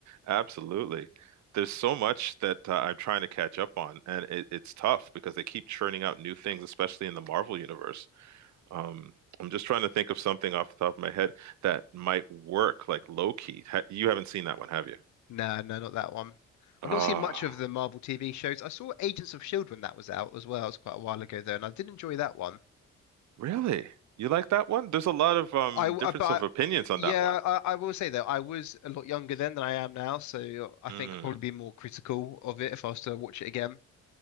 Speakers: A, on the right; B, on the left.
A: Absolutely. There's so much that uh, I'm trying to catch up on, and it, it's tough because they keep churning out new things, especially in the Marvel universe. Um, I'm just trying to think of something off the top of my head that might work, like low key. Ha you haven't seen that one, have you?
B: No, no, not that one.
A: Ah,
B: I've not seen much of the Marvel TV shows. I saw Agents of Shield when that was out as well. It was quite a while ago though, and I did enjoy that one.
A: really? You like that one? There's a lot of um
B: I, w-
A: difference
B: I- but
A: of opinions on
B: yeah,
A: that one.
B: I, I will say that I was a lot younger then than I am now, so I
A: Mm.
B: think I'd probably be more critical of it if I was to watch it again.